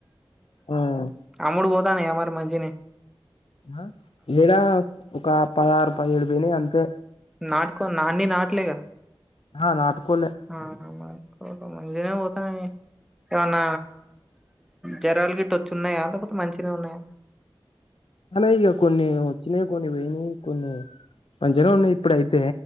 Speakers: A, on the left; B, in the centre.
A: ఆ
B: అమ్ముడు పోతాంది ఇగ మరి మంచిగనె
A: ఆ ఏడా ఒక పదహారు పదిహేడు పోయినా అంతే
B: నాటుకో అన్ని నాట్లేగ
A: ఆ నాటుకోలే
B: మ మంచిగానే పోతనాయ్ ఏమన జరాలు గిట్ వచ్చిన్నాయా లేకపోతే మంచిగానే ఉన్నాయ
A: ఇగ కొన్ని వచ్చినయి కొన్ని వేయినాయి కొన్ని మంచిగానే ఉన్నాయి ఇప్పుడ అయితే